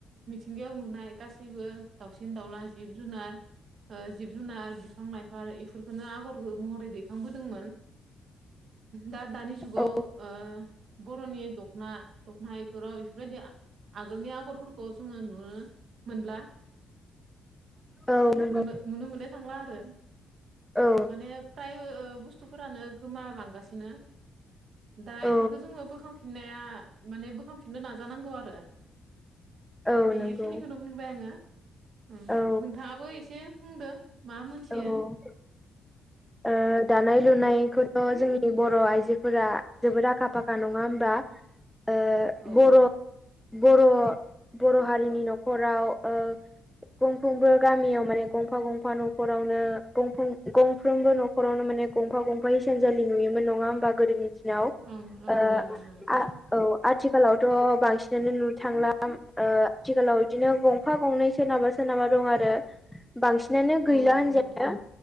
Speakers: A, on the right; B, in the centre.
A: मिथिंगायाव नुनाय गासैबो दाउसिन-दाउला, जिब-जुनार ओ जिब-जुनार बिफां-लाइफां इफोरखौनो आगरबो महरै दैखांबोदोंमोन।
B: <inaudible>
A: दा-दानि जुगाव
B: औ
A: ओ बर'नि दखना दखना इफोराव इफोरबायदिया आगोलनि आगरफोरखौ जोङो नुनो मोनला।
B: औ नंगौ
A: नुनो-नुनो मोननो थांला आरो।
B: औ
A: माने प्राय ओ-ओ बुस्थुफोरानो गोमालांगासिनो। दा
B: औ
A: इफोरखौ जोङो बोखांफिननाया माने बोखांफिननो नाजानांगौ आरो।
B: औ
A: बेखिनिखौनो
B: नंगौ
A: बुंबाय आङो उम
B: औ
A: नोंथाङाबो एसे बुंदो। मा मोनथियो
B: औ ओ दानाय-लुनायखौथ' जोंनि बर' आइजोफोरा जोबोद आखा-फाखा। नङा होमबा? ओ
A: औ
B: बर'
A: औ
B: बर' बर' हारिनि न'खराव ओ गंफ्रोमबो गामियाव माने गंफा-गंफा न'- खरावनो गंफ्रोम गंफ्रोमबो न'खरावनो माने गंफा गंफा हिसानसालि नुयोमोन नङा होमबा। गोदोनि- याव
A: ओं ओं
B: ओ
A: नुयोमोन ओं
B: आ औ आथिखालावथ बांसिनानो नुनो थांला ओ आथिखालाव बिदिनो गं- गंफा-गंनै सोरनाबा सोरनाबा दं आरो बांसिनानो गैला
A: औ औ
B: होनजायो।
A: नंगौ